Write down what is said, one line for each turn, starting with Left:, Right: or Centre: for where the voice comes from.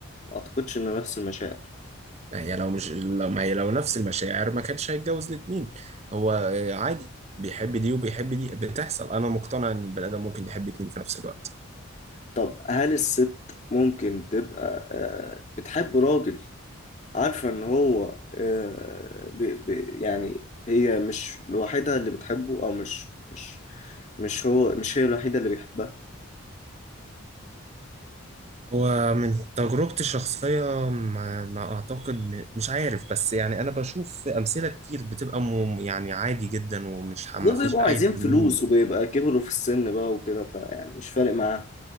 Left: ما اعتقدش ان نفس المشاعر
Right: ما هي لو مش لو ما هي لو نفس المشاعر ما كانش هيتجوز الاتنين هو آه، عادي بيحب دي وبيحب دي بتحصل انا مقتنع ان البني ادم ممكن يحب اتنين في نفس الوقت
Left: طب هل الست ممكن تبقى آه، بتحب راجل عارفة ان هو آه، ب- ب- يعني هي مش لوحدها اللي بتحبه او مش مش مش هو مش هي الوحيدة اللي بيحبها
Right: هو من تجربتي الشخصية ما, ما أعتقد م- مش عارف بس يعني أنا بشوف أمثلة كتير بتبقى م- يعني عادي جدا ومش ما
Left: دول
Right: فيش
Left: بيبقوا عايزين
Right: أي
Left: فلوس
Right: حل منه.
Left: وبيبقى كبروا في السن بقى وكده فيعني مش فارق معاهم